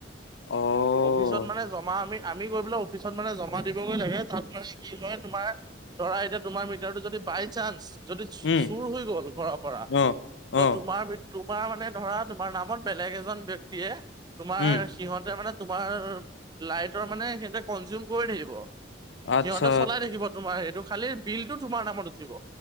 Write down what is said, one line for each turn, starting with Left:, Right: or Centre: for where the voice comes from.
Left: উম,
Right: অফিচত মানে জমা আমি আমি গৈ পেলাই অফিচত মানে জমা দিবগৈ লাগে তাত। মানে কি হয় তোমাৰ ধৰা এতিয়া তোমাৰ মিটাৰটো যদি বাই চান্স। যদি
Left: উম,
Right: চুৰ হৈ গ'ল ঘৰ পৰা
Left: অ',
Right: ত।
Left: অ',
Right: তোমাৰ তোমাৰ মানে ধৰা তোমাৰ নামত বেলেগ এজন ব্যক্তিয়ে তোমাৰ
Left: উম,
Right: সিহঁতে মানে। তোমাৰ লাইটৰ মানে সেই কনজিউম কৰি থাকিব।
Left: আচ্ছা
Right: সিহঁতে চলাই থাকিব তোমাৰ সেইটো। খালি বিলটো তোমাৰ নামত উঠিব।